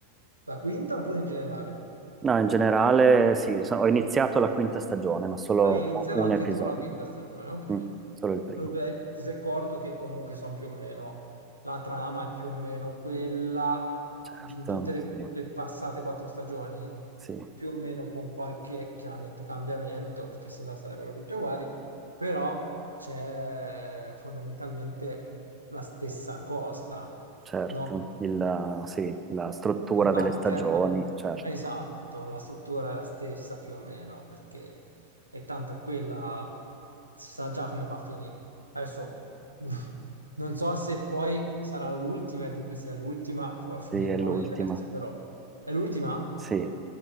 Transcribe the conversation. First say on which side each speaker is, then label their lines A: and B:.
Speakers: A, on the right; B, on the right.
A: La quinta oppure in generale?
B: No, in generale sì, so- ho iniziato la quinta stagione, ma solo
A: Hai iniziato
B: un
A: anche
B: episodio.
A: tu la quinta stagione, ok.
B: Mm, solo il primo,
A: Dunque, ti sei accorto che comunque sono più o meno, la trama è più o meno quella
B: certo,
A: di in tutte le
B: sì,
A: le passate quattro stagioni?
B: sì,
A: più o meno con qualche chiaramente cambiamento, perché sennò sarebbero tutte uguali, però c'è fondamentalmente la stessa cosa,
B: certo.
A: no?
B: Il, sì, la struttura
A: Il pattern
B: delle stagioni, certo.
A: esatto, la struttura è la stessa più o meno, perché è tanto quella, si sa già come va a finire. Adesso <laughs> non so se poi sarà l'ultima, e dunque se è l'ultima può finire
B: Sì, è
A: in
B: l'ultima.
A: modo diverso, però è l'ultima?
B: Sì.